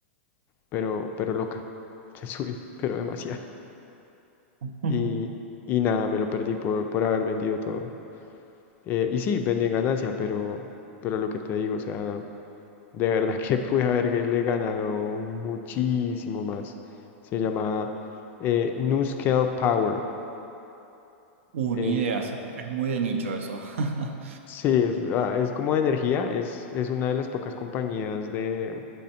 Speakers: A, on the left; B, on the right.
A: pero, pero loca. <laughs> Se subió, pero demasiado.
B: <laughs>
A: Y, y nada, me lo perdí por, por haber vendido todo. Eh, y sí, vendí en ganancia, pero, pero lo que te digo, o sea, de verdad <laughs> que pude haberle ganado muchísimo más. Se llama eh, NuScale Power.
B: Una
A: Eh,
B: idea, sí, es muy de nicho eso. <laughs>
A: sí, es, ah, es como de energía, es, es una de las pocas compañías de,